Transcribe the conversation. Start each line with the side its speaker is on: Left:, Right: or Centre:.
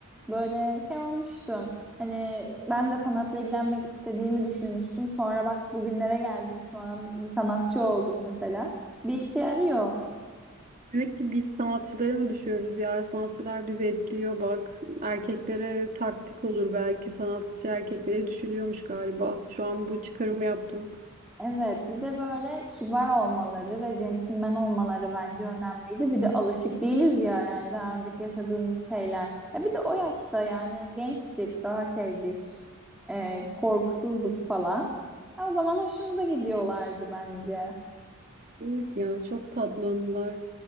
Centre: Böyle şey olmuştu. Hani ben de sanatla ilgilenmek istediğimi düşünmüştüm. Sonra bak bugünlere geldim şu an bir sanatçı oldum mesela. Bir işe yarıyor.
Right: Demek ki biz sanatçılara mı düşüyoruz ya? Sanatçılar bizi etkiliyor bak. Erkeklere taktik olur belki. Sanatçı erkeklere düşülüyormuş galiba. Şu an bu çıkarımı yaptım.
Centre: Evet, bir de böyle kibar olmaları ve centilmen olmaları bence önemliydi. Bir de alışık değiliz ya yani daha önceki yaşadığımız şeyler. Ya bir de o yaşta yani gençtik, daha şeydik, e, korkusuzduk falan. Ya o zaman hoşumuza gidiyorlardı bence.
Right: Evet ya çok tatlı anılar.